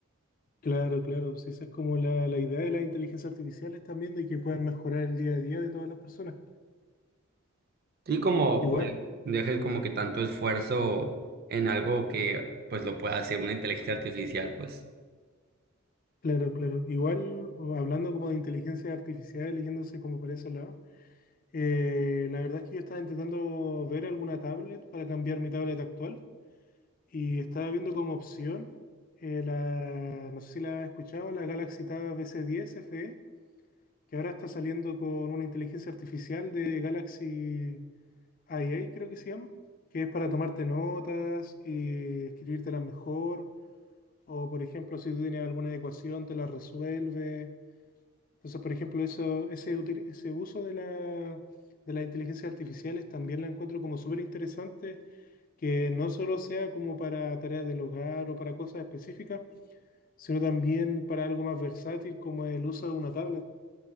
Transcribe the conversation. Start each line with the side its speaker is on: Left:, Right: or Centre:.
Left: Claro, claro, pues esa es como la, la idea de las inteligencias artificiales también, de que puedan mejorar el día a día de todas las personas.
Right: Sí, como
Left: Igual,
Right: pues dejes como que tanto esfuerzo en algo que pues lo pueda hacer una inteligencia artificial, pues.
Left: claro, claro, igual o hablando como de inteligencia artificial, leyéndose como por ese lado, eh, la verdad es que yo estaba intentando ver alguna tablet para cambiar mi tablet actual y estaba viendo como opción eh, la, no sé si la has escuchado, la Galaxy Tab S10 FE, que ahora está saliendo con una inteligencia artificial de Galaxy. AI creo que se llama, que es para tomarte notas y escribírtelas mejor, o por ejemplo, si tú tienes alguna ecuación, te la resuelve. Entonces, por ejemplo, eso, ese, util- ese uso de la, de las inteligencias artificiales también la encuentro como súper interesante, que no solo sea como para tareas del hogar o para cosas específicas, sino también para algo más versátil como el uso de una tablet.